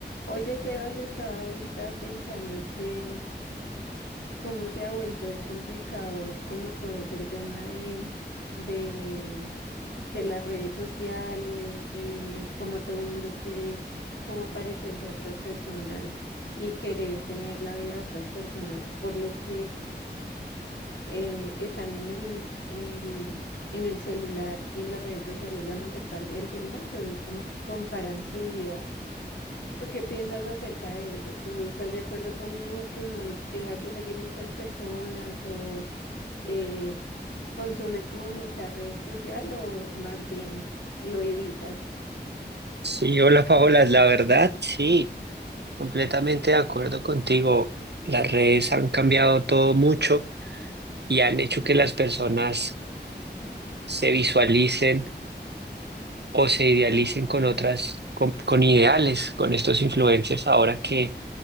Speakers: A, on the left (about 80°); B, on the right (about 70°).
A: Oye, Sebas, estaba ahorita pensando que cómo se ha vuelto de complicado, como todo es el tema de, de, de las redes sociales, de cómo todo el mundo quiere como parecerse a otras personas y querer tener la vida de otras personas, por lo que eh, están en el, en el, en el celular y en las redes sociales la mayor parte del tiempo, entonces como que comparan su vida ¿Tú qué piensas acerca de eso? ¿Tú estás de acuerdo con que uno tenga que seguir muchas personas o eh, consumes como mucha red social o más bien lo evitas?
B: Sí, hola Paola, la verdad, sí, completamente de acuerdo contigo. Las redes han cambiado todo mucho y han hecho que las personas se visualicen o se idealicen con otras, con, con ideales, con estos influencers ahora que,